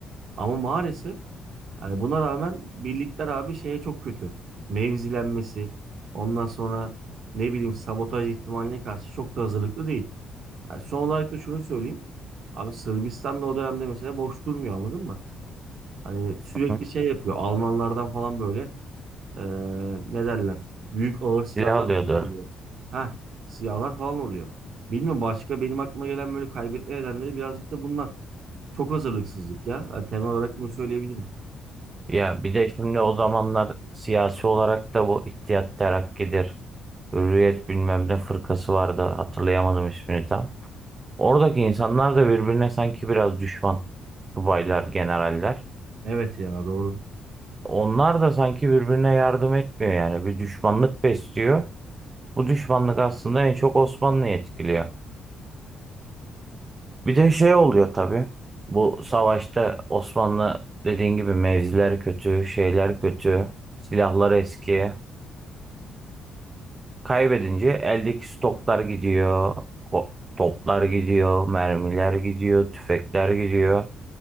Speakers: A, on the right (about 65°); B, on the right (about 30°).
A: Ama maalesef hani buna rağmen birlikler abi şeye çok kötü. Mevzilenmesi, ondan sonra ne bileyim sabotaj ihtimaline karşı çok da hazırlıklı değil. Yani son olarak da şunu söyleyeyim. Abi Sırbistan da o dönemde mesela boş durmuyor anladın mı? Hani sürekli
B: Hı?
A: şey yapıyor. Almanlardan falan böyle ee, ne derler? Büyük ağır silahlar
B: Silah alıyordur.
A: falan oluyor. Ha, silahlar falan oluyor. Bilmiyorum başka benim aklıma gelen böyle kaybetme nedenleri birazcık da bunlar. Çok hazırlıksızlık ya. Yani temel olarak bunu söyleyebilirim.
B: Ya bir de şimdi o zamanlar siyasi olarak da bu İttihat Terakki'dir. Hürriyet bilmem ne fırkası vardı. Hatırlayamadım ismini tam. Oradaki insanlar da birbirine sanki biraz düşman. Subaylar, generaller.
A: Evet ya doğru.
B: Onlar da sanki birbirine yardım etmiyor yani. Bir düşmanlık besliyor. Bu düşmanlık aslında en çok Osmanlı'yı etkiliyor. Bir de şey oluyor tabii. Bu savaşta Osmanlı dediğin gibi mevziler kötü, şeyler kötü, silahlar eski. Kaybedince eldeki stoklar gidiyor, o- toplar gidiyor, mermiler gidiyor, tüfekler gidiyor.